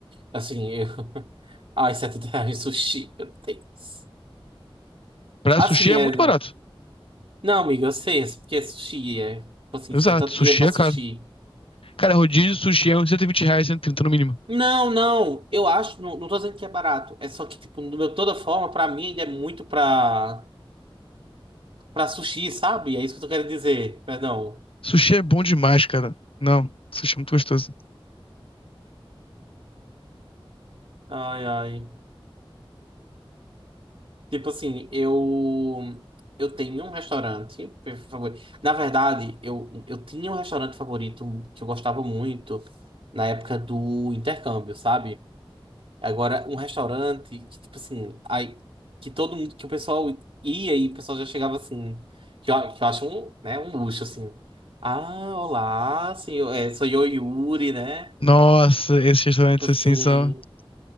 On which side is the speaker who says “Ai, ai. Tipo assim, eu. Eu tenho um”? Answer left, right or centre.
Right